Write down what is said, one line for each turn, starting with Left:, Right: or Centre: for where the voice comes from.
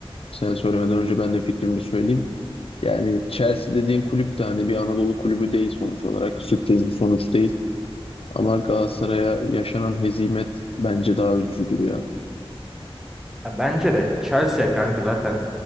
Left: sen söylemeden önce ben de fikrimi söyleyeyim. Yani Chelsea dediğin kulüp de hani bir Anadolu kulübü değil sonuç olarak. Sürpriz bir sonuç değil. Ama Galatasaray'a yaşanan hezimet bence daha üzücüdür ya.
Centre: Ya bence de Chelsea kanka zaten